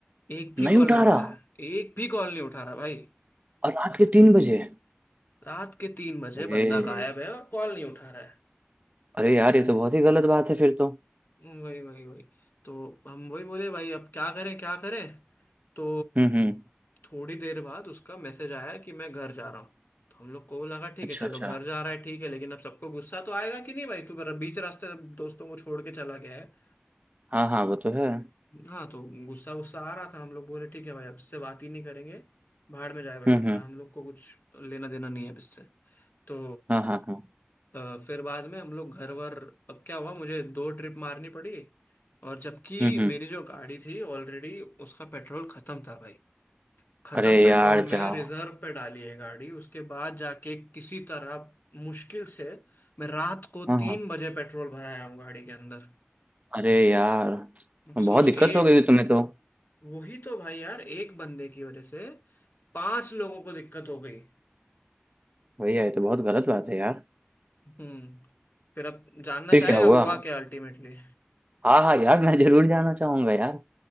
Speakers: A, on the left; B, on the right.
A: एक भी
B: नहीं
A: कॉल
B: उठा
A: नहीं उठाया
B: रहा
A: एक भी कॉल नहीं उठा रहा भाई
B: और रात के तीन बजे
A: रात के तीन बजे
B: अरे
A: बंदा गायब है और कॉल नहीं उठा रहा
B: अरे यार ये तो बहुत ही गलत बात है फिर तो
A: वही वही वही तो हम वही बोले भाई अब क्या करें क्या करें तो
B: हम्म हम्म
A: थोड़ी देर बाद उसका मैसेज आया कि मैं घर जा रहा हूँ तो हम लोग को लगा ठीक
B: अच्छा
A: है चलो
B: अच्छा
A: घर जा रहा है ठीक है लेकिन अब सबको गुस्सा तो आएगा कि नहीं भाई तू मेरा बीच रास्ते दोस्तों को छोड़ के चला गया है
B: हाँ हाँ वो तो है
A: हाँ तो गुस्सा गुस्सा आ रहा था हम लोग बोले ठीक है भाई अब इससे बात ही नहीं करेंगे भाड़ में जाए भाई
B: हम्म
A: बंदा
B: हम्म
A: हम लोग को कुछ लेना देना नहीं है अब इससे तो
B: हाँ हाँ हाँ
A: अ, फिर बाद में हम लोग घर वर अब क्या हुआ मुझे दो ट्रिप मारनी पड़ी और जबकि
B: हम्म हम्म
A: मेरी जो गाड़ी थी ऑलरेडी उसका पेट्रोल खत्म था भाई खत्म
B: अरे
A: पेट्रोल
B: यार जा
A: में
B: हाँ
A: रिजर्व पे डाली है गाड़ी उसके बाद जाके किसी तरह मुश्किल से मैं रात को
B: हाँ
A: तीन बजे पेट्रोल भराया हूँ गाड़ी के अंदर
B: अरे यार बहुत
A: सोच
B: दिक्कत
A: एक
B: हो गई तुम्हें तो
A: वही तो भाई यार एक बंदे की वजह से पांच लोगों को दिक्कत हो गई
B: भैया ये तो बहुत गलत बात है यार
A: हम्म फिर अब जानना
B: फिर
A: चाहेगा
B: क्या हुआ
A: हुआ क्या अल्टीमेटली
B: हाँ हाँ यार मैं जरूर जाना चाहूंगा यार